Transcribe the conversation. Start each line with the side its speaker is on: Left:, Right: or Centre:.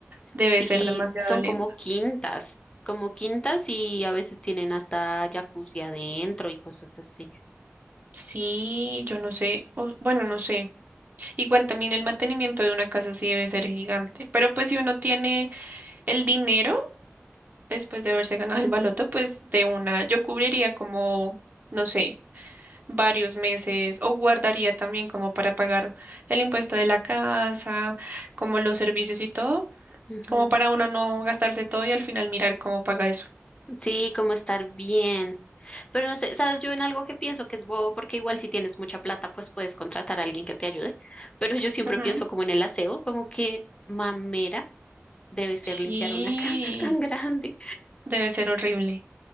Right: debe
Left: Sí,
Right: ser demasiado
Left: son
Right: linda.
Left: como quintas, como quintas y a veces tienen hasta jacuzzi adentro y cosas así.
Right: Sí, yo no sé, o- bueno, no sé. Igual también el mantenimiento de una casa sí debe ser gigante, pero pues si uno tiene el dinero después de haberse ganado el baloto, pues de una, yo cubriría como, no sé, varios meses o guardaría también como para pagar el impuesto de la casa, como los servicios y todo,
Left: Ujú.
Right: como para uno no gastarse todo y al final mirar cómo paga eso.
Left: Sí, como estar bien. Pero no sé, sabes, yo en algo que pienso que es bobo, porque igual si tienes mucha plata, pues puedes contratar a alguien que te ayude. Pero yo siempre
Right: Ujú.
Left: pienso como en el aseo, como que mamera debe ser
Right: Sí,
Left: limpiar una <laughs> casa tan grande.
Right: debe ser horrible.